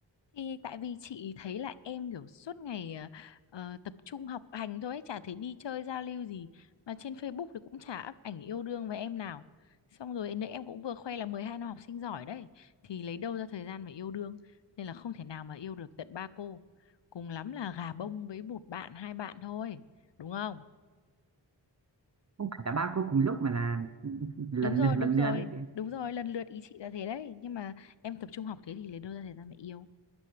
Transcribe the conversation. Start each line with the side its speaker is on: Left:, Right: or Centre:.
Left: thì tại vì chị thấy là em kiểu suốt ngày ờ, ờ, tập trung học hành thôi ấy, chả thấy đi chơi giao lưu gì mà trên Facebook thì cũng chả up ảnh yêu đương với em nào xong rồi nãy em cũng vừa khoe là 12 năm học sinh giỏi đấy thì lấy đâu ra thời gian mà yêu đương nên là không thể nào mà yêu được tận ba cô cùng lắm là gà bông với một bạn hai bạn thôi đúng không
Right: <laughs> Không phải là ba cô cùng lúc mà là lần
Left: đúng rồi
Right: lượt
Left: đúng
Right: lần
Left: rồi
Right: lượt đấy chị.
Left: đúng rồi lần lượt ý chị là thế đấy nhưng mà em tập trung học thế thì lấy đâu ra thời gian mà yêu